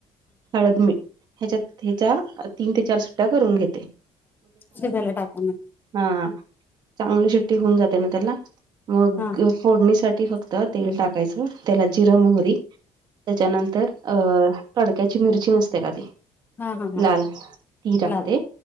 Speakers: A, on the right (about 45°); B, on the left (about 20°).
A: हळद, मीठ ह्याच्यात ह्याच्या तीन ते चार सुट्ट्या करून घे
B: शिजायला टाकून <unintelligible>
A: हा चांगली शिट्टी होऊन जाते ना त्याला मग
B: हा
A: फोडणीसाठी फक्त तेल टाकायचं त्याला जिरं, मोहरी त्याच्यानंतर अ तडक्याची मिरची नसते का ती
B: हा हा हा
A: लाल ती टाकते
B: लाल